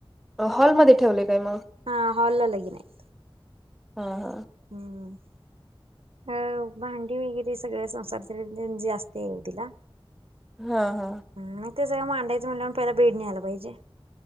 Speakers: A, in the centre; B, on the right (about 85°).
A: हॉलमध्येध्ये ठेवले काय मग
B: हा हॉल ला लगीन हाय
A: हा हा
B: हम्म अ भांडी वगैरे सगळ्या संसार जास्त तिला
A: हा हा
B: ह मग ते सगळं मांडायचंटलं प पहिला भेडणीयला पाहिजे